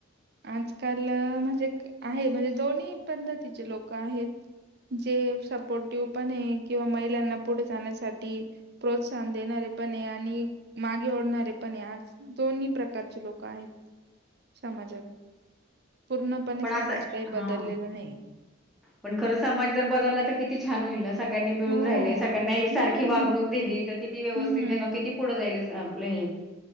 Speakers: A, on the right (about 55°); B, in the centre.
A: आजकाल म्हणजे आहे म्हणजे दोन्ही पद्धतीचे लोकं आहेत. जे सपोर्टिव पण किंवा महिलांना पुढे जाण्यासाठी प्रोत्साहन देणारे पण आहे आणि मागे ओढणारे पण आहे आज. दोन्ही प्रकारचे लोक आहेत समाजाात. पूर्णपणे
B: पण
A: समाज
B: असं
A: काही बदललेला
B: हा
A: नाही.
B: पण खरं समाज जर बदलला तर कि छान होईल ना सगळ्यांनी मिळून
A: हो
B: राहिले सगळ्यांना एक सारखी
A: हम्म
B: वागणूक दिली. किती व्यवस्थित
A: हम्म
B: नाही का किती? पुढं जाईल आपलं हे.